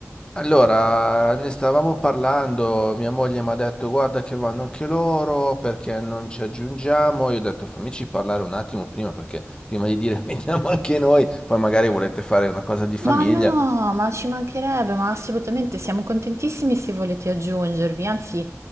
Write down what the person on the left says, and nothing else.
Allora, ne stavamo parlando, mia moglie mi ha detto guarda che vanno anche loro perché non ci aggiungiamo, io ho detto fammici parlare un attimo prima perché prima di dire <laughs> veniamo anche noi, poi magari volete fare una cosa di famiglia.